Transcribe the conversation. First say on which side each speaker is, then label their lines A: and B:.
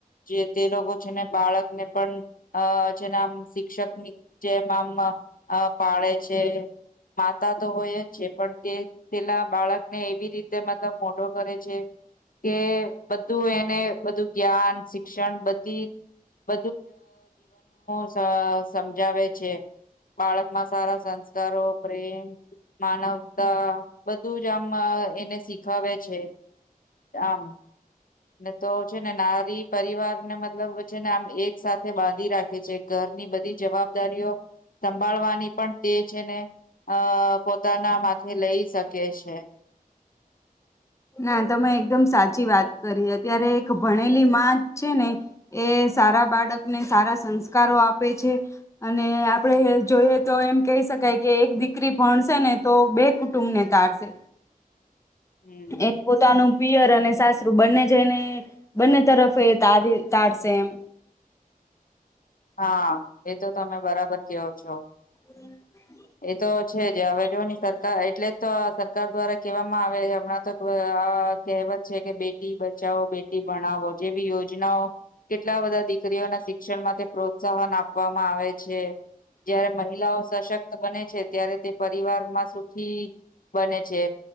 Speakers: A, on the left; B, on the left.
A: જે તે લોકો છે ને બાળકને પણ અ જેના આમ શિક્ષકની જેમ આમ પાળે છે. માતા તો હોય જ છે, પણ તે પેલા બાળકને એવી રીતે મતલબ મો ટો કરે છે. કે બધું એને બધું જ્ઞાન શિક્ષણ બધી બ સ સમજાવે છે. બાળકમાં સારા સંસ્કારો પ્રેમ માનવતા બધું જ આમ અ એને શીખાવેે છે, આમ ને તો છે, ને નારી પ રિવારને મતલબ છે ને આમ એક સાથે બાંધી રાખે છે, ઘરની બધી જવાબદારીઓ સંભાળવાની પણ તે છે ને અ પોતાના માથે લઈ શકે છે.
B: ના તમે એકદમ સાચી વાત કરી અત્યારે એક ભણેલી માં છે ને એ સારા બાળકને સારા સંસ્કારો આપે છે, અને આપણે જોઈએ તો એમ કેય શકાય કે એક દીકરી ભણશે ને તો બે કુટુંબને તારશે
A: હમ
B: એક પોતાનું પિયર અને સાસરુ બંને જઈને બંને તરફ એ તારી તારશે એમ
A: હા, એ તો તમે બરાબર કેવો છો
B: હ
A: એ તો છે જ હવે જો ની સરકાર એટલે જ તો સરકાર દ્વારા કેવામાં આવે હમણાં તો આ કહેવત છે કે બેટી બચાવો બેટી ભણાવો જેવી યોજનાઓ કેટલા બધા દીકરીઓના શિક્ષણ માટે પ્રોત્સાહન આપવામાં આવે છે. જયારે મહિલાઓ સશક્ત બને છે, ત્યારે તે પરિવારમાં સુખી બને છે,